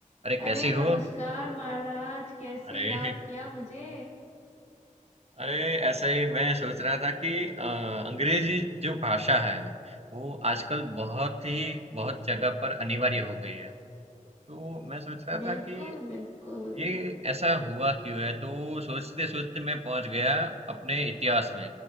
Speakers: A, on the right; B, on the left.
A: अरे कैसी
B: अरे नमस्कार
A: हो
B: महाराज कैसे
A: अरे
B: याद किया मुझे
A: अरे ऐसा ही मैं सोच रहा था कि अ, अंग्रेजी जो भाषा है वो आजकल बहुत ही बहुत जगह पर अनिवार्य हो गई है तो मैं सोच रहा
B: बिल्कुल
A: था कि
B: बिल्कुल
A: ये ऐसा हुआ क्यों है तो सोचते सोचते मैं पहुंच गया अपने इतिहास में